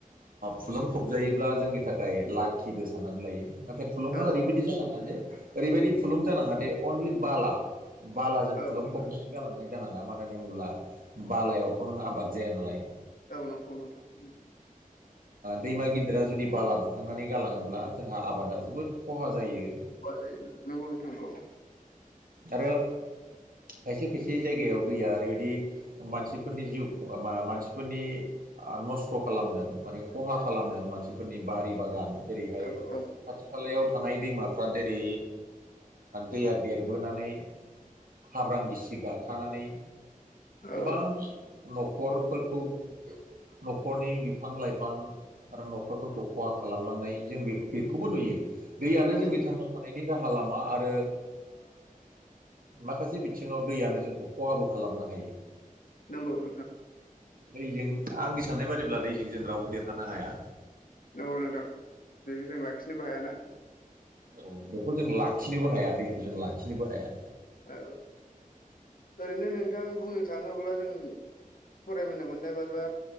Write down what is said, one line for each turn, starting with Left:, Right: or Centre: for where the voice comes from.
Right: फुलुंफबजायोब्ला जोंनि थाखाय लाख बो साननानै लायो नाथाय फुलुङा
Left: औ
Right: ओरैबायदि
Left: औ
Right: जानाङा जे ओरैबायदि फुलुं जानाङा दे अनलि बाला बालाजों
Left: औ
Right: फुलुंफबनानै गालांनाय जानाङा मानो होन होनब्ला बालायावथ' नों आबाद जाया नालाय
Left: औ नंगौ नोंथां उम
Right: दैमा गिदिरा जुदि बाला बुखांनानै गालाङोब्ला जोंहा आबादा जोबोद खहा जायो।
Left: ब जायना नख सख
Right: आरो खायसे खायसे जायगायाव दैया ओरैबायदि मानसिफोरनि जिउ ख मानसिफोरनि नस्थ' खालामदों माने खहा खालामदों मानसिफोरनि बारि बागान जेरैहाय
Left: औ औ
Right: खाथि खालायाव थानाय दैमाफ्रा जेरै दैया देरबोनानै हाब्रां गिसि गाखानै गोबां
Left: औ
Right: न'खरफोरखौ न'खरनि बिफां लाइफां आरो न'खरफोरखौ खहा खालामलांनाय जों बे बेखौबो नुयो दैयानो
Left: नंगौ
Right: जोंनि थांना थानायनि राहा लामा आरो माखासे बिथिङाव दैयानो जोंखौ खहाबो खालामनो हायो।
Left: नंगौ औ।
Right: दैजों आंनि साननाय बादिब्ला दैजों जों रावबो देरहानो हाया।
Left: नगौ न दं बेबो जों लाखिनोबो हायाना
Right: औ बेखौ जों लाखिनोबो हाया दैखौ जों लाखिनोबो हाया।
Left: औ ओरैनो नोंथां बुंनो थाङोब्ला जों फरायबोनो मोननाय बादिबा